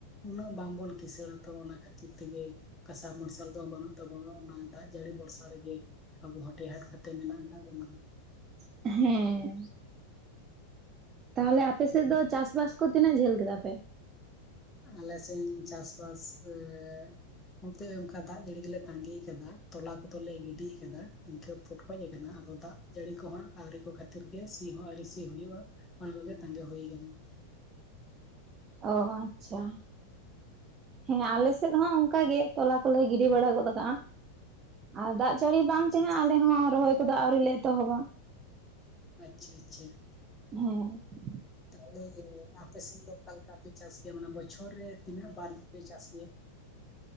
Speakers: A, on the left; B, on the right.
A: ᱩᱱᱟᱹᱜ ᱵᱟᱝᱵᱚᱱ ᱠᱤᱥᱟᱹᱬ ᱛᱚ ᱚᱱᱟ ᱠᱷᱟᱹᱛᱤᱨ ᱛᱮᱜᱮ ᱠᱟᱥᱟ ᱥᱟᱵᱽᱢᱟᱨᱥᱟᱞ ᱫᱚ ᱵᱟᱹᱱᱩᱜ ᱛᱟᱵᱚᱱᱟ ᱚᱱᱟ ᱫᱟᱜ ᱡᱟᱹᱲᱤ ᱵᱚᱨᱥᱟ ᱨᱮᱜᱮ ᱾ ᱟᱵᱚ ᱦᱟᱴᱮ ᱦᱟᱴ ᱠᱟᱛᱮᱫ ᱢᱮᱱᱟᱜ ᱟᱠᱟᱫ ᱵᱚᱱᱟ ᱾
B: ᱦᱮᱸ ᱾ ᱛᱟᱦᱚᱞᱮ ᱟᱯᱮ ᱥᱮᱫ ᱫᱚ ᱪᱟᱥ-ᱵᱟᱥ ᱠᱚ ᱛᱤᱱᱟᱹᱜ ᱡᱷᱟᱹᱞ ᱠᱮᱫᱟ ᱯᱮ?
A: ᱟᱞᱮ ᱥᱮᱱ ᱪᱟᱥᱵᱟᱥ <unintelligible> ᱱᱚᱛᱮ ᱚᱱᱠᱟ ᱫᱟᱜ ᱡᱟᱹᱲᱤ ᱜᱮᱞᱮ ᱛᱟᱸᱜᱤ ᱠᱟᱫᱟ ᱛᱚᱞᱟ ᱠᱚᱫᱚᱞᱮ ᱜᱤᱰᱤ ᱟᱠᱟᱫᱟ ᱤᱱᱠᱟᱹ ᱯᱷᱩᱴ ᱦᱚᱡ ᱟᱠᱟᱱᱟ ᱟᱫᱚ ᱫᱟᱜ ᱡᱟᱹᱲᱤ ᱠᱚᱦᱚᱸ ᱟᱹᱣᱨᱤ ᱠᱚ ᱠᱷᱟᱹᱛᱤᱨ ᱜᱮ ᱥᱤ ᱦᱚᱸ ᱟᱣᱨᱤ ᱥᱤ ᱦᱩᱭᱩᱜᱼᱟ ᱾ ᱚᱱᱟ ᱠᱚᱜᱮ ᱛᱟᱸᱜᱤ ᱦᱩᱭ ᱠᱟᱱᱟ ᱾
B: ᱚ ᱟᱪᱪᱷᱟ ᱦᱮᱸ ᱟᱞᱮ ᱥᱮᱫ ᱦᱚᱸ ᱚᱱᱠᱟ ᱜᱮ ᱛᱚᱞᱟ ᱠᱚᱞᱮ ᱜᱤᱰᱤ ᱵᱟᱲᱟ ᱜᱚᱫ ᱟᱠᱟᱜᱼᱟ ᱾ ᱟᱨ ᱫᱟᱜ ᱡᱟᱹᱲᱤ
A: ᱟᱪᱪᱷᱟ
B: ᱵᱟᱝ ᱛᱮᱦᱟᱸᱜ
A: ᱟᱪᱪᱷᱟ
B: ᱟᱞᱮ ᱦᱚᱸ ᱨᱚᱦᱚᱭ ᱠᱚᱫᱚ ᱟᱹᱣᱨᱤ ᱞᱮ ᱮᱛᱚᱦᱚᱵᱟ ᱾
A: ᱟᱪᱪᱷᱟ ᱟᱪᱪᱷᱟ ᱾
B: ᱦᱮᱸ ᱾
A: ᱛᱟᱦᱚᱞᱮ ᱡᱮ ᱟᱯᱮᱥᱮᱫ ᱫᱚ ᱚᱠᱟᱞᱮᱠᱟ ᱯᱮ ᱪᱟᱥ ᱜᱮᱭᱟ ᱢᱟᱱᱮ ᱵᱚᱪᱷᱚᱨ ᱨᱮ ᱛᱤᱱᱟᱹᱜ ᱵᱟᱨᱯᱮ ᱪᱟᱥ ᱜᱮᱭᱟ?